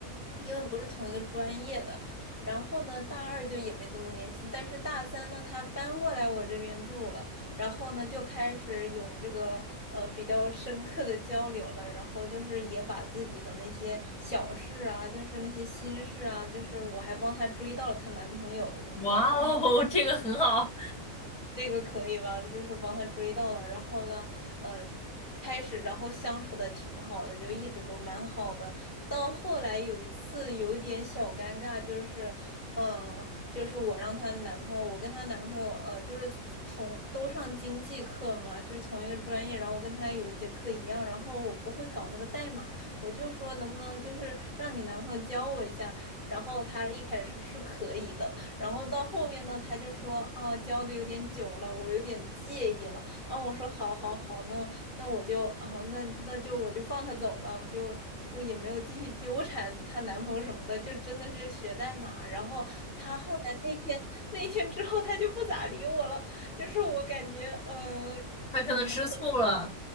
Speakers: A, on the left; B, in the centre.
A: 因为不是同一个专业的。然后呢，大二就也没怎么联系，但是大三呢，他搬过来我这边住了，然后呢就开始有这个呃比较深刻的交流了，然后就是也把自己的那些小事啊，就是那些心事啊，就是我还帮她追到了她男朋友，你知道吗？
B: 哇哦，<laughs> 这个很好，
A: 这个可以吧？就是帮他追到了，然后呢，呃，开始然后相处的挺好的，就一直都蛮好的。到后来有一次有一点小尴尬，就是，嗯、就是我让她男朋友，我跟她男朋友，呃，就是从都上经济课嘛，就是同一个专业，然后我跟她有一节课一样，然后我不会搞那个代码，我就说能不能就是让你男朋友教我一下，然后她一开始是可以的。然后到后面呢，他就说啊，教的有点久了，我有点介意了。啊，我说好好好，那那我就啊，那那就我就放他走了，我就我也没有继续纠缠她男朋友什么的，就真的是学代码。然后她后来那那天之后，她就不咋理我了，就是我感觉，嗯、
B: 他可能吃醋了，
A: 嗯，